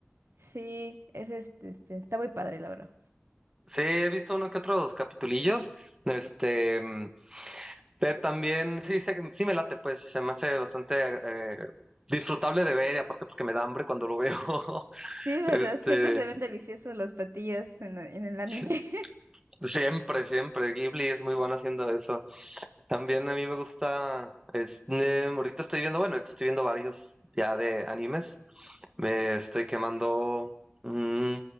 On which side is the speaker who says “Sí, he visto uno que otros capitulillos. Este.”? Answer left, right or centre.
Right